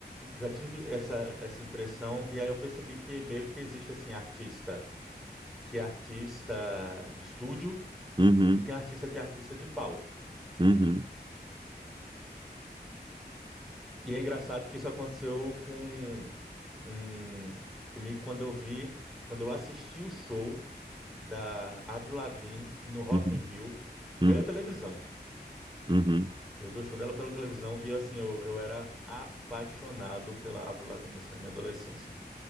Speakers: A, in the centre; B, on the right.
A: já tive essa, essa impressão, e aí eu percebi que meio que existe, assim, artista, que é artista de estúdio,
B: Uhum,
A: E tem artista que é artista de palco.
B: uhum,
A: E é engraçado que isso aconteceu com um, comigo quando eu vi, quando eu assisti o show da Avril Lavigne no Rock
B: uhum,
A: in Rio
B: uhum,
A: pela televisão.
B: uhum,
A: Eu vi o show dela pela televisão e assim, eu, eu era apaixonado pela Avril Lavigne assim, na minha adolescência.